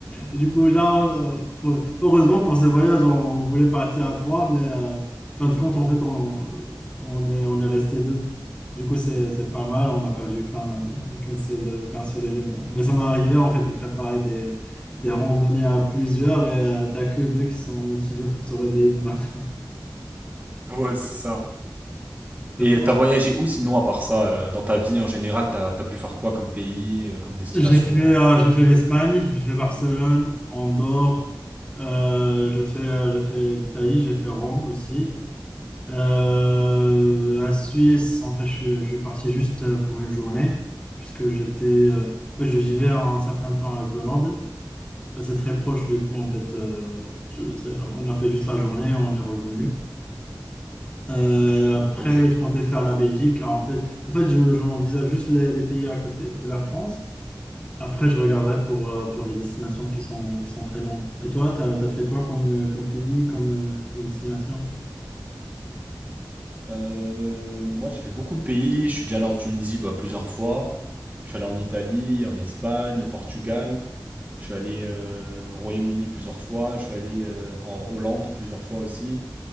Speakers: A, on the left (about 15°); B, on the right (about 25°).
A: Du coup, là, on- faut- heureusement pour ce voyage, on, on voulait partir à trois, mais euh, fin de compte, en fait, on, on est, on est resté deux. Du coup, c'est, c'est pas mal, on a perdu qu'un qu'un seul, qu'un seul élément. Mais ça m'est arrivé, en fait, de préparer des, des randonnées à plusieurs et euh, t'as que deux qui sont motivés pour se réveiller le matin.
B: Ouais, c'est ça.
A: <laughs> C'est
B: Et
A: ça.
B: t'as voyagé où sinon à part ça, heu, dans ta vie en général, t'as t'as pu faire quoi comme pays, heu, comme destination?
A: J'ai fait, euh, j'ai fait l'Espagne, j'ai fait Barcelone, Andorre, euh, j'ai fait, euh, j'ai fait l'Italie, j'ai fait Rome aussi. Euh, la Suisse, en fait, je, suis- je suis parti juste pour une journée, puisque j'étais, euh, en fait, je vivais un certain temps à Grenoble. C'est très proche, du coup, en fait, euh, je- c'est- on a fait juste la journée, on est revenu. Euh, après,
B: OK.
A: je comptais faire la Belgique. car en fait, en fait, je- j'envisage juste les, les pays à côté de la France. Après, je regarderai pour, euh, pour les destinations qui sont, qui sont très loin. Et toi, t'as, t'as fait quoi comme, euh, comme pays, comme, euh, comme destination?
B: Heu, moi, j'ai fait beaucoup de pays. Je suis déjà allé en Tunisie, bah, plusieurs fois. Je suis allé en Italie, en Espagne, au Portugal. Je suis allé, heu, au Royaume-Uni plusieurs fois. Je suis allé, heu, en Hollande plusieurs fois aussi.